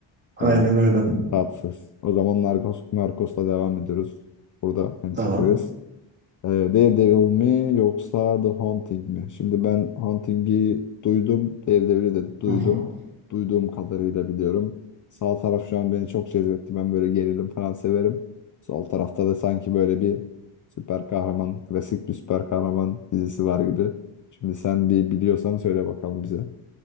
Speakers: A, on the right; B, on the left.
A: Aynen
B: Yani
A: öyle.
B: tatsız. O zaman Narcos, Narcos'la devam ediyoruz. Burada hemfikiriz.
A: Tamam.
B: Ee, Daredevil mi yoksa The Haunting mi? Şimdi ben Haunting'i duydum. Daredevil'i de duydum.
A: Hı hı.
B: Duyduğum kadarıyla biliyorum. Sağ taraf şu an beni çok cezbetti. Ben böyle gerilim falan severim. Sol tarafta da sanki böyle bir süper kahraman, klasik bir süper kahraman dizisi var gibi. Şimdi sen bir biliyorsan söyle bakalım bize.